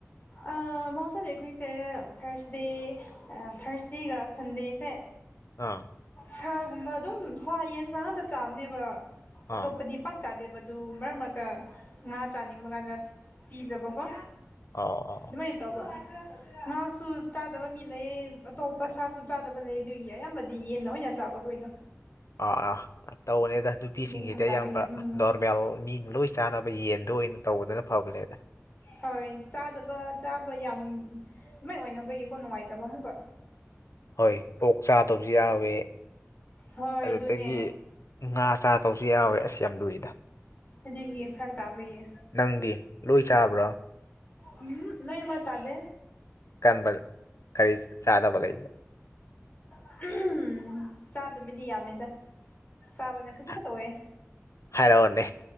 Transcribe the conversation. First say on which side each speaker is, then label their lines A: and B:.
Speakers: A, on the left (about 35°); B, on the left (about 75°).
A: ꯑ ꯃꯍꯧꯁꯥꯅꯥ ꯑꯩꯈꯣꯏꯁꯦ ꯊꯔꯁꯗꯦ ꯊꯔꯁꯗꯦꯒ ꯁꯟꯗꯦ ꯁꯥ
B: ꯑꯥ
A: ꯁꯥꯒꯨꯝꯕ ꯑꯗꯨꯝ ꯁꯥ ꯌꯦꯟꯁꯥꯡꯗ ꯆꯥꯕꯅꯦꯕ
B: ꯑꯥ
A: ꯑꯇꯣꯞꯄꯗꯤ ꯄꯥꯛ ꯆꯥꯗꯦꯕꯗꯨ ꯃꯔꯛ ꯃꯔꯛꯇ ꯉꯥ ꯆꯥꯅꯤꯡꯕ ꯀꯥꯟꯗ ꯄꯤꯖꯕꯀꯣ
B: ꯑꯣ ꯑꯣ
A: ꯑꯗꯨꯃꯥꯏ ꯇꯧꯕ ꯉꯥꯁꯨ ꯆꯥꯗꯕ ꯃꯤ ꯂꯩ ꯑꯇꯣꯞꯄ ꯁꯥꯁꯨ ꯆꯥꯗꯕ ꯂꯩ ꯑꯗꯨꯒꯤ ꯑꯌꯥꯝꯕꯗꯤ ꯌꯦꯟꯅ ꯑꯣꯏꯅ ꯆꯥꯕꯈꯣꯏꯗꯣ
B: ꯑꯥ ꯑꯥ ꯇꯧꯕꯅꯦꯗ ꯅꯨꯄꯤꯁꯤꯡꯒꯤꯗꯤ
A: ꯑꯗꯨꯏ ꯐꯔꯛ ꯇꯥꯕꯒꯤ
B: ꯑꯌꯥꯝꯕ
A: ꯎꯝ
B: ꯅꯣꯔꯃꯦꯜ ꯃꯤꯅ ꯂꯣꯏ ꯆꯥꯅꯕ ꯌꯦꯟꯗꯣ ꯑꯣꯏꯅ ꯇꯧꯕꯗꯅ ꯐꯕꯅꯦꯗ
A: ꯍꯣꯏ ꯆꯥꯗꯕ ꯆꯥꯕ ꯌꯥꯝ ꯃꯣꯏ ꯑꯣꯏꯅꯕꯒꯤꯀꯣ ꯅꯨꯡꯉꯥꯏꯇꯕ ꯑꯃꯨꯛꯀ
B: ꯍꯣꯏ ꯄꯣꯛ ꯆꯥꯗꯕꯖꯨ ꯌꯥꯎꯋꯦ
A: ꯍꯣꯏ
B: ꯑꯗꯨꯗꯒꯤ
A: ꯑꯗꯨꯅꯦ
B: ꯉꯥ ꯆꯥ ꯇꯧꯁꯨ ꯌꯥꯎꯋꯦ ꯑꯁ ꯌꯥꯝ ꯂꯨꯏꯗ
A: ꯑꯗꯨꯒꯤ ꯐꯔꯛ ꯇꯥꯕꯩꯌꯦ
B: ꯅꯪꯗꯤ ꯂꯣꯏ ꯆꯥꯕ꯭ꯔꯣ
A: ꯎꯝ ꯅꯣꯏꯃꯥ ꯆꯥꯗꯦ
B: ꯀꯟꯕ ꯀꯔꯤ ꯆꯥꯗꯕ ꯂꯩꯒꯦ
A: ꯑꯍꯥꯝ ꯆꯥꯗꯕꯤꯗꯤ ꯌꯥꯝꯃꯦꯗ ꯆꯥꯕꯅ ꯈꯖꯤꯛ
B: ꯍꯥ-
A: ꯈꯛꯇ ꯑꯣꯏꯦ
B: ꯍꯥꯏꯔꯛꯑꯣꯅꯦ